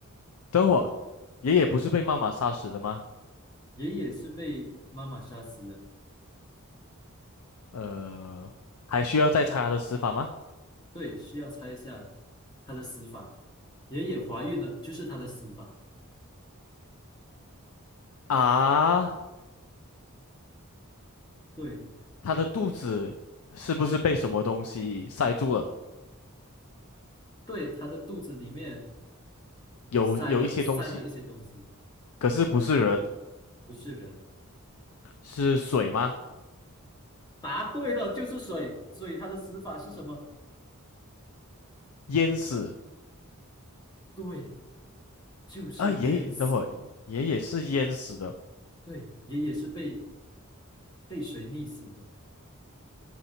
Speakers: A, on the left; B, on the left.
A: 等会儿，爷爷不是被妈妈杀死的吗？
B: 爷爷是被妈妈杀死的，
A: 呃，还需要再查他的死法吗？
B: 对，需要猜一下他的死法。爷爷怀孕了，就是他的死法。
A: 啊，
B: 对，
A: 他的肚子是不是被什么东西塞住了？
B: 对，他的肚子里面。
A: 有有一些东西。
B: 塞了塞了一些东西，
A: 可是不是人，
B: 不是人。
A: 是水吗？
B: 答对了，就是水，所以他的死法是什么？
A: 淹死
B: 对，就是淹死。
A: 啊！爷爷，等会儿爷爷是淹死的。
B: 对，爷爷是被被水溺死的，